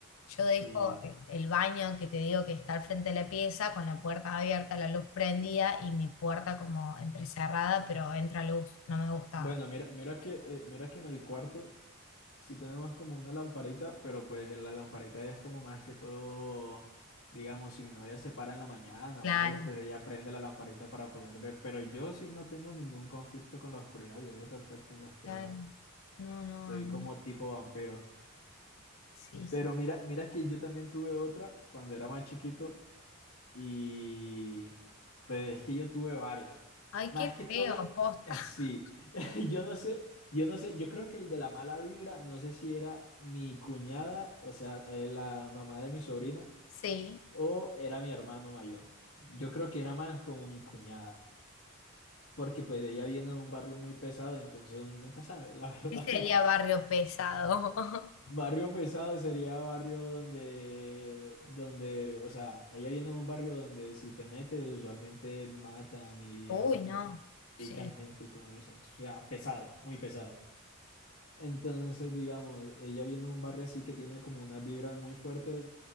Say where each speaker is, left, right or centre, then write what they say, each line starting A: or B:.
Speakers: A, on the left; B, on the left.
A: yo dejo
B: Sí.
A: el, el baño que te digo que está al frente de la pieza con la puerta abierta, la luz prendida y mi puerta como entrecerrada, pero entra luz, no me gusta.
B: Bueno, mira, mira que, eh, mira que en el cuarto sí tenemos como una lamparita, pero pues la lamparita es como más que todo, digamos, si mi novia se para en la mañana
A: Claro,
B: o algo, pues ella prende la lamparita para poder ver. Pero yo sí no tengo ningún conflicto con la oscuridad, yo veo perfecto en la oscuridad.
A: claro. No, no,
B: Soy
A: a mí-
B: como tipo vampiro.
A: Sí, sí.
B: Pero mira, mira que yo también tuve otra cuando era más chiquito y pues es que yo tuve varias.
A: Ay,
B: Más
A: qué
B: que todo,
A: feo, posta.
B: <laughs>
A: <laughs>
B: sí, <laughs> yo no sé, yo no sé, yo creo que el de la mala vibra, no sé si era mi cuñada, o sea, eh, la mamá de mi sobrina,
A: Sí,
B: o era mi hermano mayor. Yo creo que era más como mi cuñada, porque pues ella viene de un barrio muy pesado, entonces uno nunca sabe, la <laughs> verdad.
A: ¿qué sería barrio pesado?
B: Barrio pesado sería barrio donde, donde, o sea, ella viene de un barrio donde si te metes usualmente matan
A: <laughs>
B: y
A: Uy,
B: hacen,
A: no, sí.
B: pican gente y todo eso. Entonces, o sea, pesado, muy pesado. Entonces, digamos, ella viene de un barrio así que tiene como unas vibras muy fuertes.